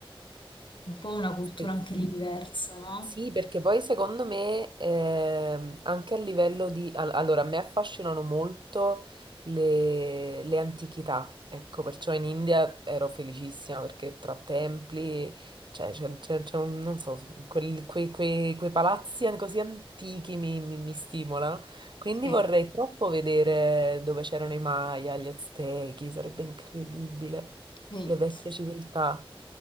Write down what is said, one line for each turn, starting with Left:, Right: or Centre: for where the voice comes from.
Left: un po' una cultura
Right: Sì.
Left: anche lì diversa, no?
Right: Sì, perché poi secondo me ehm, anche a livello di... al- allora, a me affascinano molto le, le antichità, ecco, perciò in India ero felicissima perché tra templi, cioè, c'è, c'è- c'è un- non so, quel- quei, quei- quei palazzi an- così antichi mi, mi- mi stimolano, quindi
Left: Sì.
Right: vorrei troppo vedere dove c'erano i Maya, gli Aztechi, sarebbe incredibile,
Left: Quindi,
Right: le vecchie
Left: sì.
Right: civiltà.